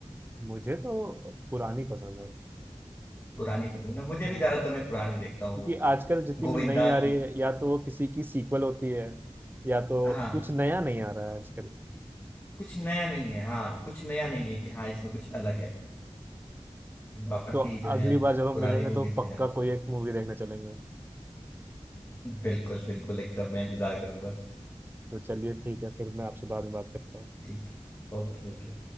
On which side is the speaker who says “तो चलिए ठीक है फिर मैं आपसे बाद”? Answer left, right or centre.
Right